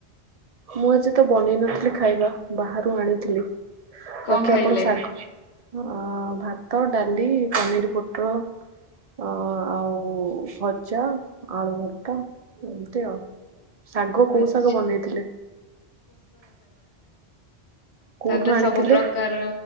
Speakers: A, on the right; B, on the left.
A: ମୁଁ ଆଜି ତ ବନେଇ ନଥିଲି ଖାଇବା ବାହାରୁ ଆଣିଥିଲି।
B: କଣ
A: ବାକି
B: ଖାଇଲେ?
A: ଆପଣ ଶାଗ <inaudible> ଅ ଭାତ, ଡାଲି, ପନିର ପୋଟଳ ଅ ଆଉ ଭଜା, ଆଳୁଭର୍ତ୍ତା ଏମିତି ଆଉ ଶାଗ କୋଉ
B: ଆଚ୍ଛା
A: ଶାଗ ବନେଇଥିଲେ? କୋଉଠୁ
B: ତାପରେ
A: ଆଣିଥିଲେ?
B: ସବୁ ପ୍ରକାର